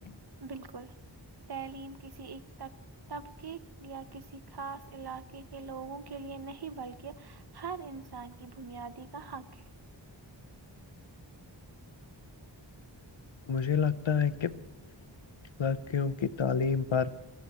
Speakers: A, on the right (about 60°); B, on the left (about 80°).
A: بالکل تعلیم کسی ایک طبقے یا کسی خاص علاقے کے لوگوں کے لئے نہیں بلکہ ہر انسان کی بنیادی کا حق ہے
B: مجھے لگتا تا ہے کہ لڑکیوں کی تعلیم پر